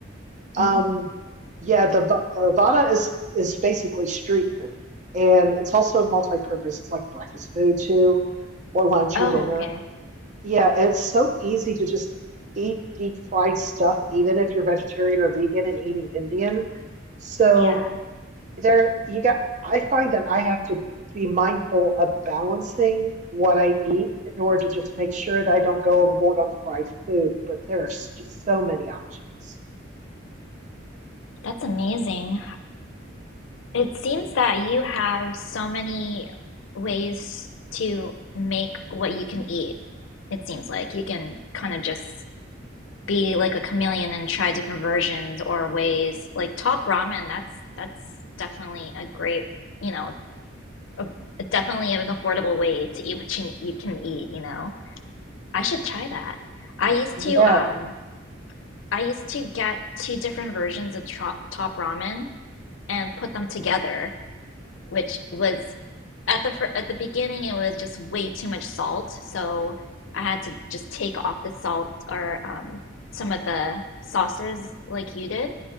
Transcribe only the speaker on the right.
Um,
yeah, the the vada is is basically street food, and it's also multi-purpose. It's like breakfast food too, or lunch
or dinner
yeah, it's so easy to just eat deep fried stuff, even if you're vegetarian or vegan and eating Indian. So
there you got, I find that I have to be mindful of balancing what I eat in order to just make sure that I don't go overboard on fried food. But there's just so many options.
Yeah,